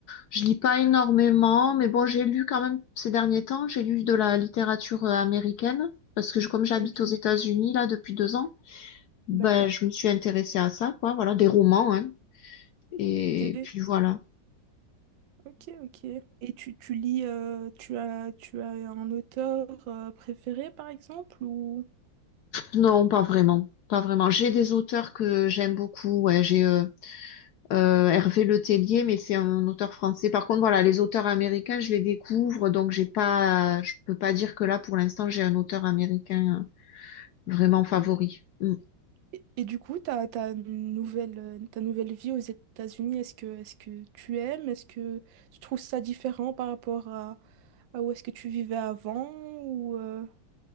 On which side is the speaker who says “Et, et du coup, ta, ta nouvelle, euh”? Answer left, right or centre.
Right